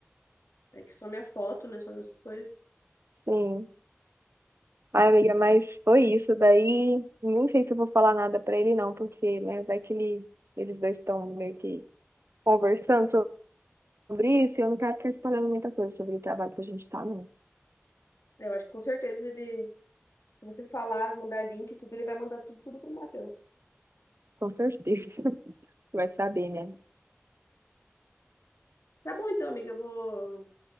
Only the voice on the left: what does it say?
Aí que some a foto, né? Some essas coisas.
Eu acho que com certeza ele, se você falar, mandar link, e tudo, ele vai mandar tudo, tudo pro Matheus.
Tá bom então, amiga, eu vou